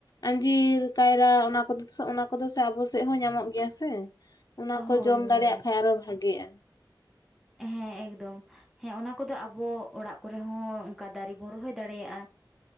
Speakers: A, on the left; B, in the centre.
A: ᱟᱸᱡᱤᱨ ᱠᱟᱹᱭᱨᱟ ᱚᱱᱟ ᱠᱚᱫᱚᱥ ᱚᱱᱟ ᱠᱚᱫᱚ ᱥᱮ ᱟᱵᱚ ᱥᱮᱜ ᱦᱚᱸ ᱧᱟᱢᱚᱜ ᱜᱮᱭᱟ ᱥᱮ᱾ ᱚᱱᱟ
B: ᱦᱳᱭ
A: ᱠᱚ ᱡᱚᱢ
B: ᱦᱳᱭ
A: ᱫᱟᱲᱮᱭᱟᱜ ᱠᱷᱟᱡ ᱟᱨᱚ ᱵᱷᱟᱜᱮᱜ-ᱟ᱾
B: ᱦᱮᱸ ᱮᱠᱫᱚᱢ᱾ ᱦᱮᱸ ᱚᱱᱟ ᱠᱚᱫᱚ ᱟᱵᱚ ᱚᱲᱟᱜ ᱠᱚᱨᱮ ᱦᱚᱸ ᱚᱱᱠᱟ ᱫᱟᱨᱮ ᱵᱚᱱ ᱨᱚᱦᱚᱭ ᱫᱟᱲᱮᱭᱟᱜ-ᱟ᱾